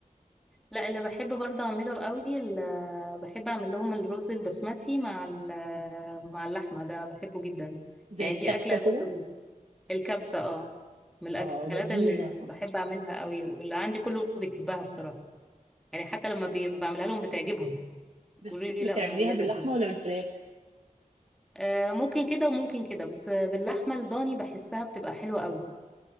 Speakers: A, in the centre; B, on the right.
A: لا اللي بحب برضه اعمله قوي اللي بحب اعمل لهم الرز البسمتي مع ال- مع اللحمة ده بحبه جدا
B: زي
A: يعني
B: الكبسه
A: دي اكلة
B: كده
A: برضه من- الكبسة اه من الاكلات
B: اه جميله
A: اللي بحب اعملها قوي واللي عندي كله بيحبها بصراحة يعني حتى لما بي- بعملها لهم بتعجبهم
B: بس
A: يقولوا لي
B: بتعمليها
A: لا مميزة
B: باللحمه
A: فيه
B: ولا بالفراخ
A: آه، ممكن كده وممكن كده بس باللحمة الضاني بحسها بتبقى حلوة قوي